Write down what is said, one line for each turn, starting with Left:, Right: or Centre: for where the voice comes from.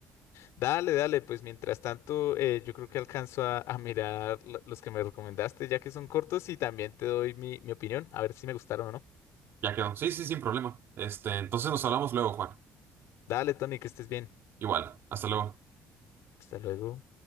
Left: Dale, dale, pues mientras tanto, eh, yo creo que alcanzo a, a mirar lo- los que me recomendaste, ya que son cortos, y también te doy mi, mi opinión, a ver si me gustaron o no.
Right: Ya quedó. Sí, sí, sin problema. Este, entonces nos hablamos luego, Juan.
Left: Dale, Tony, que estés bien.
Right: Igual, hasta luego.
Left: Hasta luego.